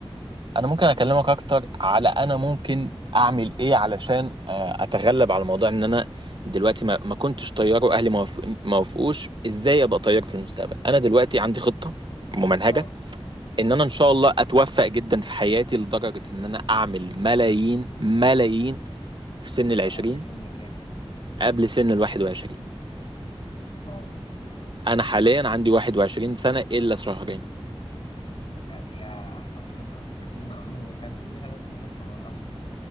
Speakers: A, on the right (about 50°); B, on the left (about 60°).
A: انا ممكن اكلمك اكتر على انا ممكن اعمل ايه علشان آه، اتغلب على موضوع ان انا دلوقتي ما, ما كنتش طيار واهلي ما وافق- ما وافقوش ازاي ابقى طيار في المستقبل انا دلوقتي عندي خطة ممنهجة
B: اه
A: ان انا ان شاء الله اتوفق جدا في حياتي لدرجة ان انا اعمل ملايين ملايين في سن
B: ده
A: العشرين
B: قبل سن كام
A: قبل سن الواحد وعشرين
B: اه
A: انا حاليا عندي واحد وعشرين سنة الا شهرين
B: ده يا حضرتك دي معلومة ما كانش ليها لازمة ان احنا نعرفها